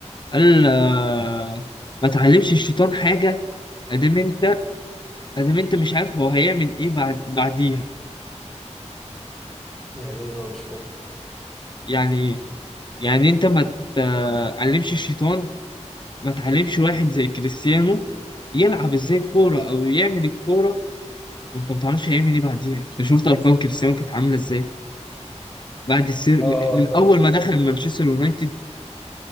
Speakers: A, on the left; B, in the centre.
A: قال آه، ما تعلمش الشيطان حاجه ادام انت ادام انت مش عارف هو هيعمل ايه بعد بعديها
B: يعني إيه بقى مش فاهم
A: يعني ايه يعني انت ما تعلمش الشيطان ما تعلمش واحد زي كريستيانو يلعب ازاي كوره او يعمل الكوره وانت ما تعرفش هيعمل ايه بعديها انت شفت ارقام كريستيانو كانت عامله ازاي بعد السير
B: آه
A: م-
B: آه
A: من
B: فاهم
A: اول ما دخل مانشستر يونايتد